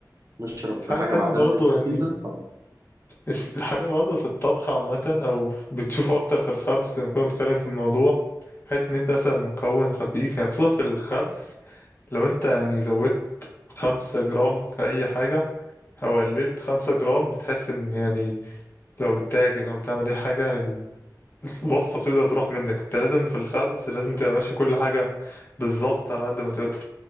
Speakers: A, on the right; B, on the left.
A: نشرب
B: في حاجة
A: حاجه
B: تانية
A: بعدها
B: برضو
A: كده
B: يعني
A: خفيفه طبعا
B: الس- الحاجة برضو في الطبخ عامة أو بتشوفه أكتر في الخبز لما كنا بنتكلم في الموضوع حتة إن أنت مثلا مكون خفيف يعني خصوصا في الخبز لو أنت يعني زودت خمسة جرام في أي حاجة أو قللت خمسة جرام بتحس إن يعني لو بتتاجر او بتعمل اي حاجه ال- الوصفه بتبدا تروح منك انت لازم في الخبز لازم تبقى ماشي كل حاجه بالظبط على قد ما تقدر